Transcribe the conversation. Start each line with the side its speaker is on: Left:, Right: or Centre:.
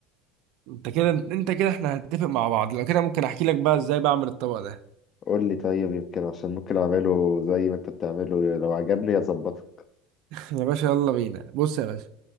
Right: انت كده انت كده احنا هنتفق مع بعض لو كده ممكن احكي لك بقى ازاي بعمل الطبق ده
Left: قول لي طيب يمكن عشان ممكن اعمله زي ما انت بتعمله لو عجبني اظبطه
Right: <laughs> يا باشا يلا بينا بص يا باشا